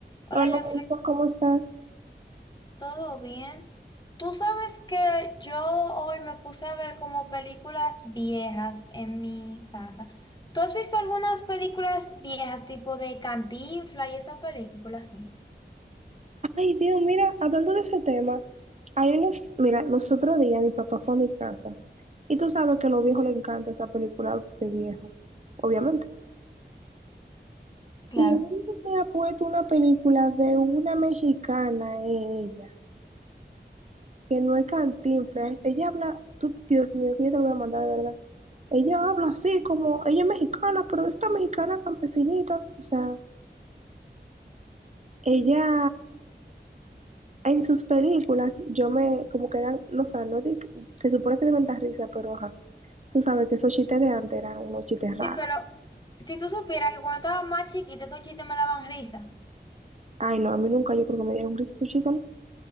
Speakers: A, on the left; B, on the right.
A: Hola,
B: Hola,
A: Jafre,
B: Juanpa, ¿cómo estás?
A: ¿todo bien? Tú sabes que yo hoy me puse a ver como películas viejas en mi casa. ¿Tú has visto algunas películas viejas, tipo de Cantinflas y esa película? Sí.
B: Ay, Dios, mira, hablando de ese tema, hay unos, mira, los otros días mi papá fue a mi casa y tú sabes que a los viejos les encanta esa película de viejo, obviamente.
A: Claro.
B: Y él me ha puesto una película de una mexicana, ella, que no es Cantinflas. Ella habla, tú, Dios mío, que yo te la voy a mandar de verdad. Ella habla así como, ella es mexicana, pero de estas mexicanas campesinitas, o sea, ella En sus películas, yo me, como que eran, no, o sea, no, di- se supone que deben dar risa, pero ajá, tú sabes que esos chistes de antes eran unos chistes raros.
A: Sí, pero si tú supieras que cuando estaba más chiquita, esos chistes me daban risa.
B: Ay, no, a mí nunca yo creo que me dieron risa esos chistes, ¿no?